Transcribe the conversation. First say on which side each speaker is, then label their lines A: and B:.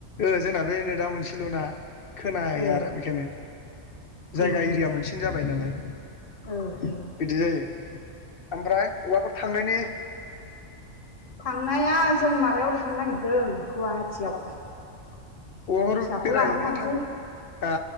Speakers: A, on the left; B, on the left.
A: ओ जोंना बे नेदा मोनसेल'ना खोनाहैया
B: ओ
A: आरो बेखायनो। जायगा
B: उम उम
A: एरिया मोनसेनि जाबाय नालाय।
B: ओ
A: बिदि
B: ओ
A: जायो ओमफ्राय औबाफोर थांनायनि
B: थांनाया जों माबायाव थांनो नागिरदों गुवाहाटियाव। फिसाखौ
A: अबाफोर बेरायहैनानै
B: लानानै थांसै
A: थां हा